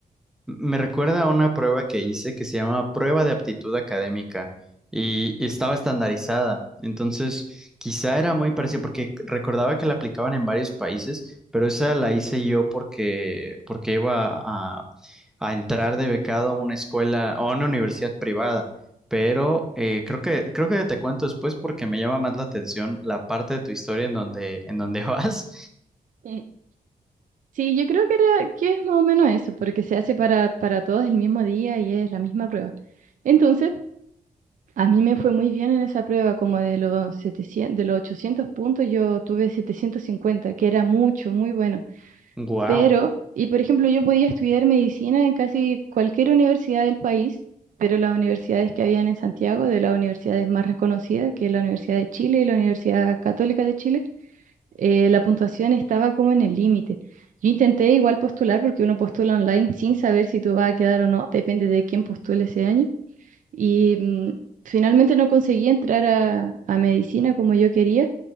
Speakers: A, in the centre; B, on the right.
A: Me recuerda a una prueba que hice que se llama prueba de aptitud académica y, y estaba estandarizada. Entonces, quizá era muy parecida porque recordaba que la aplicaban en varios países, pero esa la hice yo porque, porque iba a, a entrar de becado a una escuela o a una universidad privada. Pero eh, creo que, creo que te cuento después porque me llama más la atención la parte de tu historia en donde, en donde <laughs> vas.
B: Y sí, yo creo que, era, que es más o menos eso, porque se hace para, para todos el mismo día y es la misma prueba. Entonces... A mí me fue muy bien en esa prueba, como de los 700, de los 800 puntos yo tuve 750, que era mucho, muy bueno.
A: Wow.
B: Pero, y por ejemplo, yo podía estudiar medicina en casi cualquier universidad del país, pero las universidades que habían en Santiago, de las universidades más reconocidas, que es la Universidad de Chile y la Universidad Católica de Chile, eh, la puntuación estaba como en el límite. Yo intenté igual postular porque uno postula online sin saber si tú vas a quedar o no, depende de quién postule ese año y mm, finalmente no conseguí entrar a, a medicina como yo quería,